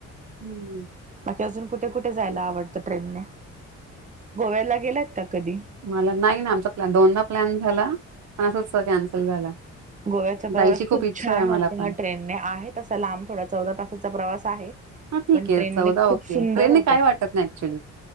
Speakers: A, on the right; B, on the right.
A: हम्.
B: बाकी अजून कुठे कुठे जायला आवडतं ट्रेनने? गोव्याला गेल्यात का कधी
A: मला नाही ना आमचा प्लॅन दोनदा प्लॅन झाला पण असंच कॅन्सल झाला
B: गोव्याचा प्रवास
A: जायची
B: खूप
A: इच्छा
B: छान
A: आहे मला
B: होता
A: पण.
B: ह्या ट्रेनने आहे तसा लांब थोडा चौदा तासाचा प्रवास आहे.
A: हां, ठीक
B: पण
A: आहे.
B: ट्रेनने खूप
A: ओके.
B: सुंदर
A: ट्रेनने
B: होत.
A: काय वाटत नाही ऍक्च्युली.